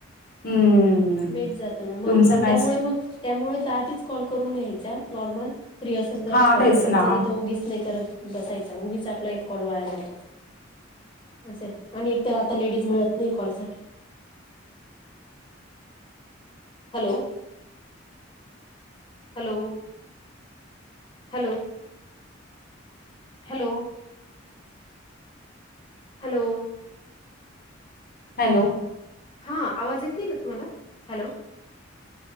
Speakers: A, on the left; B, on the left.
A: हम्म.
B: वेट जातो ना मग
A: तुमचं कायच
B: त्यामुळे मग त्यामुळे आधीच कॉल करून घ्यायचा नॉर्मल फ्री असेल तरच
A: हा
B: कॉल
A: तेच
B: करायच
A: ना
B: आणि त उगीच नाही करत बसायचा उगीच आपला एक कॉल वाया जातो असं आणि एकतर आता लेडीज मिळत नाही कॉल साठी. Hello. Hello. Hello. Hello. Hello.
A: Hello.
B: हां आवाज येत नाही का तुम्हाला hello.